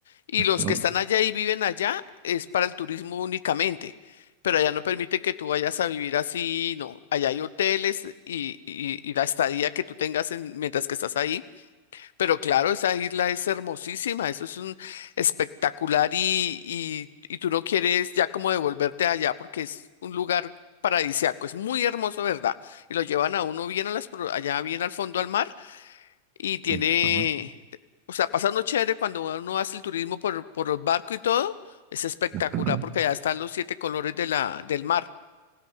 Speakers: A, on the left; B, on the right.
A: y los
B: Ujú,
A: que están allá y viven allá es para el turismo únicamente, pero allá no permite que tú vayas a vivir así, no, allá hay hoteles y, y, y la estadía que tú tengas en- mientras que estás ahí pero claro, esa isla es hermosísima, eso es un espectacular y, y, y tú no quieres ya como devolverte allá porque es un lugar paradisiaco, es muy hermoso, ¿verdad? Y lo llevan a uno bien a las, pro- allá bien al fondo al mar y tiene,
B: ujú,
A: o sea, pasa uno chévere cuando uno hace el turismo por, por el barco y todo, es espectacular
B: ujú.
A: porque allá están los siete colores de la, del mar.